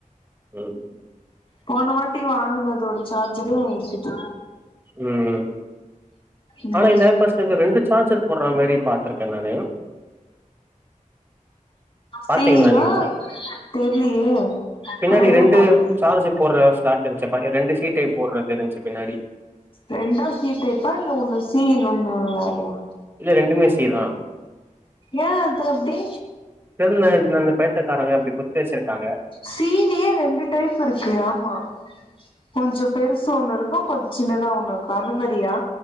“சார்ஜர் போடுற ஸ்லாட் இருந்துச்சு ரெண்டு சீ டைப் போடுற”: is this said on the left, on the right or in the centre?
Right